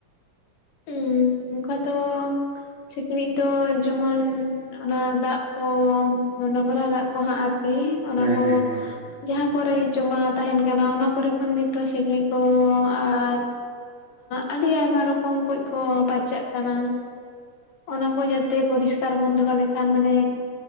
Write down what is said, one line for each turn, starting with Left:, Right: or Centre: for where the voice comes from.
Left: ᱧᱩᱸ ᱚᱱᱠᱟ ᱫᱚ ᱥᱤᱠᱲᱤᱡ ᱫᱚ ᱡᱮᱢᱚᱱ ᱚᱱᱟ ᱫᱟᱜ ᱠᱚ ᱱᱚᱜᱽᱨᱟ ᱫᱟᱜ ᱠᱚ ᱦᱟᱸᱜ ᱟᱨᱠᱤ ᱚᱱᱟ
Right: ᱦᱮᱸ
Left: ᱠᱚ
Right: ᱦᱮᱸ ᱦᱮᱸ ᱦᱮᱸ
Left: ᱡᱟᱦᱟᱸ ᱠᱚᱨᱮ ᱡᱚᱢᱟ ᱛᱟᱦᱮᱱ ᱠᱟᱱᱟ ᱚᱱᱟ ᱠᱚᱨᱮ ᱠᱷᱚᱱ ᱜᱮᱛᱚ ᱥᱤᱠᱲᱤᱡ ᱠᱚ ᱟᱨ ᱟᱹᱰᱤ ᱟᱭᱢᱟ ᱨᱚᱠᱚᱢ ᱠᱚᱭ ᱠᱚ ᱯᱟᱨᱪᱟᱜ ᱠᱟᱱᱟ ᱚᱱᱟ ᱠᱚ ᱡᱟᱛᱮ ᱯᱚᱨᱤᱥᱠᱟᱨ ᱵᱚᱱ ᱫᱚᱦᱚ ᱞᱮᱠᱷᱟᱱ ᱢᱟᱱᱮ